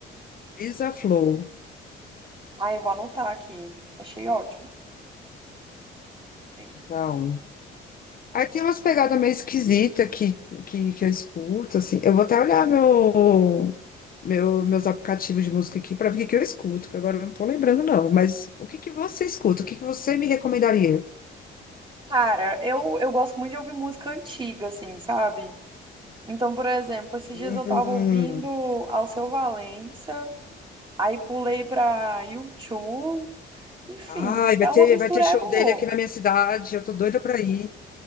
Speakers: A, on the left; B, on the right.
A: Brisa Flow,
B: Ah, eu vou anotar aqui. Achei ótimo. Peraí.
A: então. Aí tem umas pegadas meio esquisitas que, que, que eu escuto, assim. Eu vou até olhar meu, meu, meus aplicativos de música aqui para ver o que que eu escuto, que agora eu não tô lembrando, não. Mas o que que você escuta? O que que você me recomendaria?
B: Cara, eu, eu gosto muito de ouvir música antiga, assim, sabe? Então, por exemplo, esses
A: Hum.
B: dias eu tava ouvindo Alceu Valença, aí pulei pra U2, enfim,
A: Ai, vai
B: é
A: ter,
B: uma mistureba
A: vai ter show
B: louca.
A: dele aqui na minha cidade. Eu tô doida pra ir.